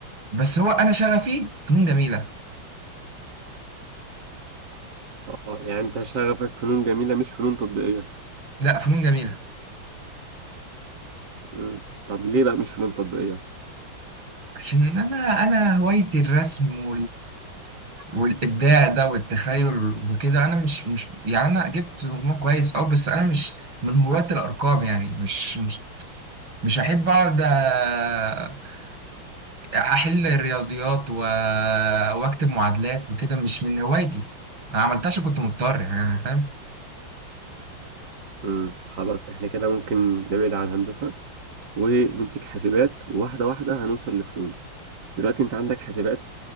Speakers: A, on the right (about 80°); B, on the right (about 60°).
A: بس هو انا شغفي فنون جميله
B: اه يعني انت شغفك فنون جميلة مش فنون تطبيقية
A: لا فنون جميله
B: مم. طب ليه بقى مش فنون تطبيقية
A: عشان انا انا هوايتي الرسم والابداع ده والتخيل وكده انا مش مش يعني انا جبت مجموع كويس اه بس انا مش من هواة الارقام يعني مش مش مش احب اقعد أ- احل الرياضيات و... واكتب معادلات وكده مش من هوايتي انا عملتهاش عشان كنت مضطر يعني انا فاهم
B: مم. خلاص احنا كده ممكن نبعد عن هندسة ونمسك حاسبات وواحدة واحدة هنوصل لفنون دلوقتي انت عندك حاسبات